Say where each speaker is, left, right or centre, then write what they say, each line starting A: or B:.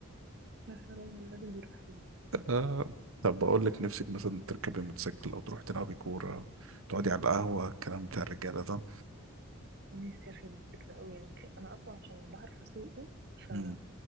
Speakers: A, on the right; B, on the right.
A: يا حرام الراجل بيروح فيها
B: آه. طب بقول لك نفسك مثلا تركبي موتوسيكل او تروحي تلعبي كوره تقعدي
A: امم
B: على القهوه الكلام بتاع الرجاله ده
A: نفسي اركب موتوسيكل قوي يعني ك- انا اصلا عشان بعرف اسوقه ف
B: امم